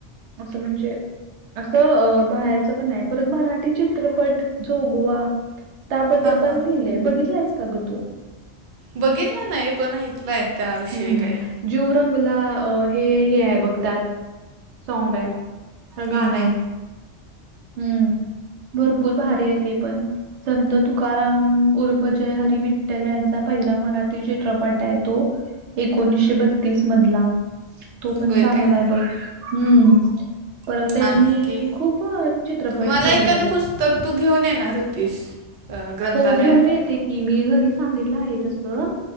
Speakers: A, on the right; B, on the right.
A: असं म्हणजे असं बाहेरच पनाय. परत मराठी चित्रपट जोगवा. त्याबद्दल
B: हां
A: पण
B: हां
A: लिहिलंय. बघितलायस का ग, तू?
B: बघितला नाही. पण ऐकलाय. त्याविषयी
A: हम्म.
B: काय
A: जीव रंगला अ हे- हे आहे बघ, त्यात. साँगाय. ह गाणंय.
B: हम्म, हम्म.
A: हम्म, भरपूर भारीय ते पण. संत तुकाराम उर्फ जय हरि विठ्ठल यांचा पहिला मराठी चित्रपटाय तो. एकोणीसशे बत्तीस मधला. तो पण
B: होय
A: चांगलाय
B: काय
A: बघ. हम्म. परत त्यांनी
B: आणखी
A: खूप चित्रपट
B: मला
A: केलेत.
B: एखादं पुस्तक, तू घेऊन येणार होतीस? अ, ग्रंथालयातून
A: हो, घेऊन येते की. मी घरी सांगितलं आहे तसं.